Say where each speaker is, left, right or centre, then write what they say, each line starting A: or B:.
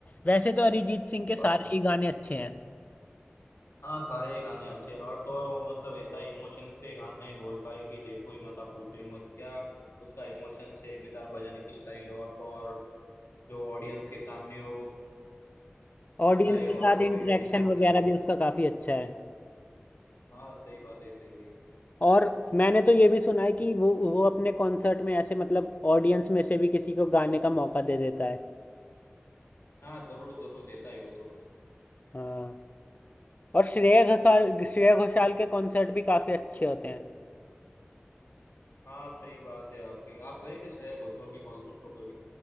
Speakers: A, on the left (about 40°); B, on the left (about 80°).
A: वैसे तो अरिजीत सिंह के सारे
B: पर
A: ही गाने अच्छे हैं
B: हाँ सारे गाने अच्छे हैं और तो और वो मतलब ऐसा इमोशन से गाने बोलता है कि देखो ही मत आप पूछो ही मत क्या उसका इमोशन से गिटार बजाने की स्टाइल और तो और जो ऑडियंस के सामने वो आता
A: ऑडियंस
B: है
A: के
B: और
A: साथ
B: तो और
A: इंटरेक्शन
B: एंट्री मारता
A: वगैरह
B: है
A: भी उसका काफी अच्छा है
B: हाँ सही बात है सही है
A: और मैंने तो ये भी सुना है कि वो वो अपने कॉन्सर्ट में ऐसे मतलब ऑडियंस में से भी किसी को गाने का मौका दे देता है
B: हाँ जरूर जरूर देता है वो तो
A: हाँ और श्रेया घोषाल श्रेया घोषाल के कॉन्सर्ट भी काफी अच्छे होते हैं
B: हाँ सही बात है आपकी आप गए क्या श्रेया घोषाल के कॉन्सर्ट को कभी